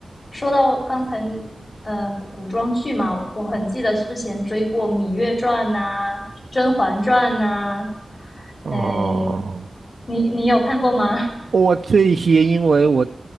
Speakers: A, on the left; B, on the right.
A: 说到刚才，呃，古古装剧嘛，我很记得之前追过《芈月传》呐，《甄嬛传》呐，
B: 哦。
A: 诶，你你有看过吗？
B: 我这些，因为我